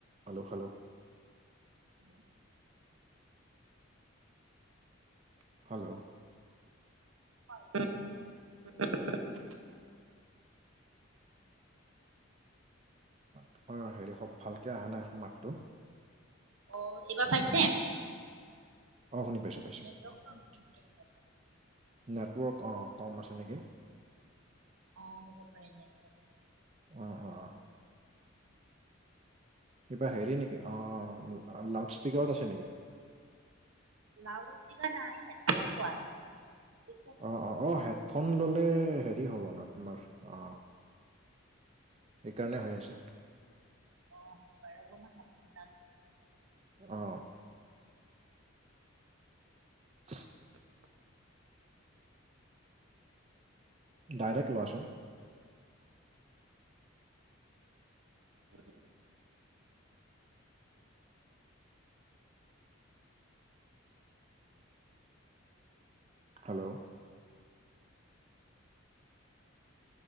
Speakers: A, on the right; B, on the right.
A: হেল্ল হেল্ল
B: <unintelligible>
A: হেল্ল'
B: <inaudible>
A: তোমাৰ হেৰি সব ভালকে অহা নাই মাতটো
B: অ এইবাৰ
A: ভাঙি
B: পাইছে
A: ভাঙি আহিছে, অ শুনি পাইছো পাইছো।
B: নেটৱৰ্ক প্ৰব্লেম দি আছে
A: নেটৱৰ্ক অ কম আছে নেকি।
B: অ হ'ব পাৰে নেটৱৰ্ক
A: অ অ অ কিবা হেৰি নেকি অ লাউড স্পীকাৰত আছে নেকি?
B: লউড স্পিকাৰ নাই হেডফোন লোৱা আছে। একো
A: অ অ অ হেড ফোন ললে হেৰি হ'ব ন তোমাৰ অ সেইকাৰণে হৈ আছে।
B: অ হ'ব পাৰে ৰ'ব মই হেডফোন ডাল
A: অ। <inaudible> ডাইৰেক্ট লোৱাচোন।
B: <inaudible>
A: হেল্ল'